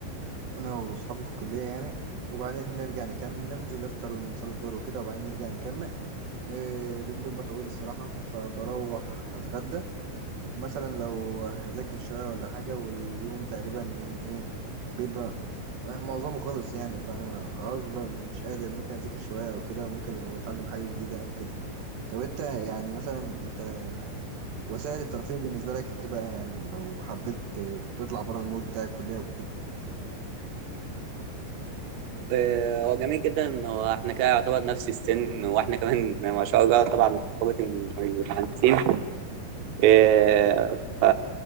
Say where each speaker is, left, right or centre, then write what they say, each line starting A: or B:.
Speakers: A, on the right; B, on the right.
A: أنا وأصحابي في الكلية يعني وبعدين نرجع نكمل ننزل نفطر ونصلي الظهر وكده وبعدين نرجع نكمل إيه، اليوم بيبقى طويل الصراحة فبروح أتغدى مثلا لو هذاكر شوية ولا حاجة واليوم تقريبا يعني إيه بيبقى معظمه خلص يعني فأنا خلاص بيبقى مش قادر ممكن أذاكر شوية أو كده ممكن لو بتعلم حاجة جديدة أو كده طب أنت يعني مثلا أنت وسائل الترفيه بالنسبة لك إيه بقى يعني لو حبيت تطلع بره المود بتاع الكلية وكده
B: آه، هو جميل جدا واحنا كده يعتبر نفس السن واحنا كمان <laughs> ما شاء الله طبعا رقابة المهندسين آه، ف